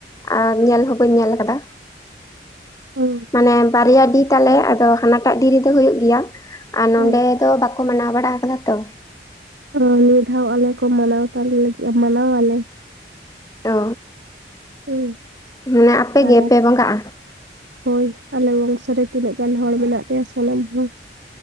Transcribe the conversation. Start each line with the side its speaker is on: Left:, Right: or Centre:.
Left: ᱟᱨ ᱧᱮᱞ ᱦᱚᱸ ᱵᱟᱹᱧ ᱧᱮᱞ ᱟᱠᱟᱫᱟ᱾
Right: ᱦᱩᱸ,
Left: ᱢᱟᱱᱮ ᱵᱟᱨᱭᱟ ᱰᱤ ᱛᱟᱞᱮ ᱟᱫᱚ ᱦᱟᱱᱟᱴᱟᱜ ᱰᱤ ᱨᱮᱫᱚ ᱦᱩᱭᱩᱜ ᱜᱮᱭᱟ᱾ ᱟᱨ ᱱᱚᱰᱮ
Right: ᱦᱮᱸ,
Left: ᱫᱚ ᱵᱟᱠᱚ ᱢᱟᱱᱟᱣ ᱵᱟᱲᱟ ᱟᱠᱟᱫᱟ ᱛᱚ᱾
Right: ᱚᱸ ᱱᱤᱭᱟᱹ ᱫᱷᱟᱣ ᱟᱞᱮ ᱠᱚ ᱢᱟᱱᱟᱣ ᱛᱟᱞᱮ ᱞᱟᱹᱜᱤᱫ-ᱟ, ᱢᱟᱱᱟᱣ ᱟᱞᱮ᱾
Left: ᱚ
Right: ᱦᱩᱸ
Left: ᱢᱟᱱᱮ ᱟᱯᱮ
Right: ᱠᱟᱨᱟᱢ
Left: ᱜᱮᱯᱮ ᱵᱚᱸᱜᱟᱜ-ᱟ?
Right: ᱦᱳᱭ ᱟᱞᱮ ᱵᱚᱝᱥᱚ ᱨᱮ ᱛᱤᱱᱟᱹᱜ ᱜᱟᱱ ᱦᱚᱲ ᱢᱮᱱᱟᱜ ᱞᱮᱭᱟ ᱥᱟᱱᱟᱢ ᱦᱚᱲ᱾